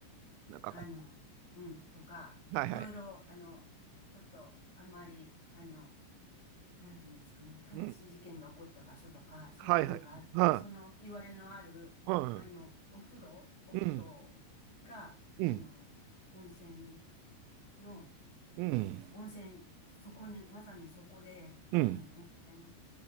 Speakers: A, on the right; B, on the left.
A: なんかこ、
B: あの、うん、とか、
A: はいはい。
B: いろいろ、あの、ちょっと、あんまり、あの、なんていうんですかね、悲しい事件が起こった場所とか、
A: うん、
B: そういうのがあって、
A: はいはい。は
B: その、いわれのある、
A: い、はい、
B: あの、
A: うん、
B: お風呂、お風呂が、
A: うん、う
B: あの、温泉の、
A: ん、
B: えー温泉、そこに、まさにそこで、
A: うん、
B: 温泉